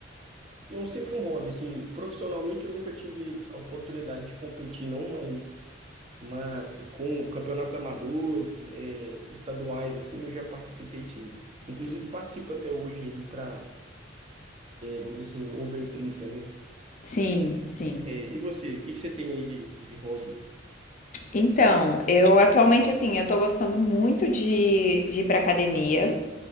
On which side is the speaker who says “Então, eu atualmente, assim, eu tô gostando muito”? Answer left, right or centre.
Left